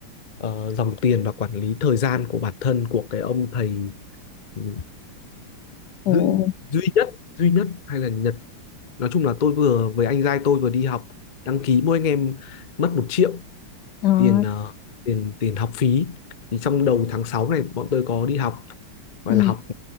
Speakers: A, on the left; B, on the left.
A: ờ, dòng tiền và quản lý thời gian của bản thân của cái ông thầy ừ,
B: ồ
A: duy, duy nhất duy nhất hay là Nhật nói chung là tôi vừa với anh giai tôi vừa đi học đăng ký mỗi anh em mất một triệu
B: ờ,
A: tiền ờ, tiền tiền học phí thì trong đầu tháng 6 này bọn tôi có đi học gọi
B: ừ.
A: là học